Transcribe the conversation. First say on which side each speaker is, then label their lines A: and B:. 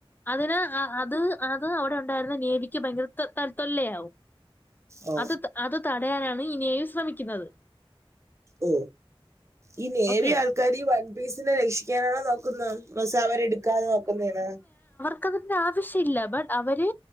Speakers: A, on the left; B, on the right.
A: അതിന്, അ, അത്, അത്, അവിടെ, ഉണ്ടായിരുന്ന, നേവിക്ക്, ഭയങ്കര, തൽ, ത്തൊല്ലയാവും.
B: ഓ
A: അത്, അത്, തടയാനാണ്, ഈ, നേവി, ശ്രമിക്കുന്നത്.
B: ഓ, ഈ, നേവി,
A: ഓക്കെ
B: ആൾക്കാർ, ഈ, വൺപീസിനെ, രക്ഷിക്കാനാണോ, നോക്കുന്നത്. മസ, അവർ, എടുക്കാതെ, നോക്കുന്നീണാ
A: ക്കത്തിന്റെ, ആവശ്യമില്ല, ബട്ട്, അവര്,